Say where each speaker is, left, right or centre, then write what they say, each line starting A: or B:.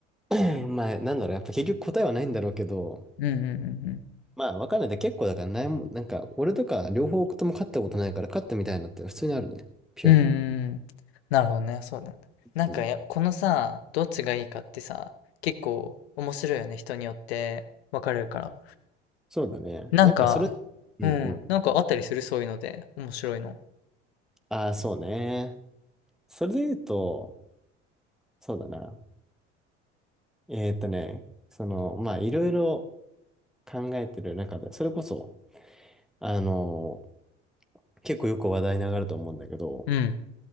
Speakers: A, in the centre; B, on the left.
A: <clears throat> まあなんだろう、やっぱ結局答えはないんだろうけど、
B: うんうんうんうん。
A: まあ、わかんないだ。結構だからないも、なんか、俺とか両方とも勝ったことないから、勝ったみたいなって普通にあるね。ピュアに。
B: うんうんうん。なるほどね、そうなんだ。なんかや、
A: うん。
B: このさ、どっちがいいかってさ、結構面白いよね、人によって分かれるから。
A: そうだね。
B: なんか、
A: なんか、それ、うんうん。
B: うん、なんかあったりする、そういうので、面白いの。
A: ああ、そうね。それで言うと、そうだな。えーっとね、その、まあ、いろいろ考えてる中で、それこそ、あのー結構よく話題に上がると思うんだけど、
B: うん。